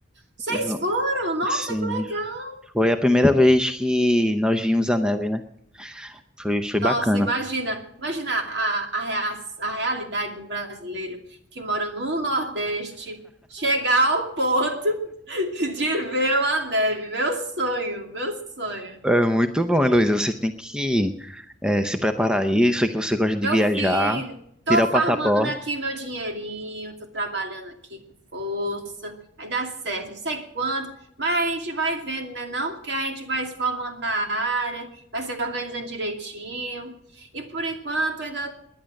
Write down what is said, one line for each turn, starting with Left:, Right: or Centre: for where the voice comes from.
Right: Vocês
Centre: V-
Right: foram? Nossa,
Centre: Sim,
Right: que legal.
Centre: foi a primeira vez que nós vimos a neve, né? Foi, foi
Right: Nossa,
Centre: bacana.
Right: imagina, imagina a, a, rea- a realidade do brasileiro que mora no Nordeste chegar ao ponto <laughs> de ver uma neve. Meu sonho, meu sonho.
Centre: É muito bom, Heloísa. Você tem que eh, se preparar aí. Isso que você gosta de
Right: Meu
Centre: viajar,
Right: filho, tô
Centre: tirar o passaporte.
Right: farmando aqui meu dinheirinho, tô trabalhando aqui com força, vai dar certo, não sei quando, mas a gente vai vendo, né? Não, porque a gente vai se formando na área, vai se organizando direitinho. E por enquanto ainda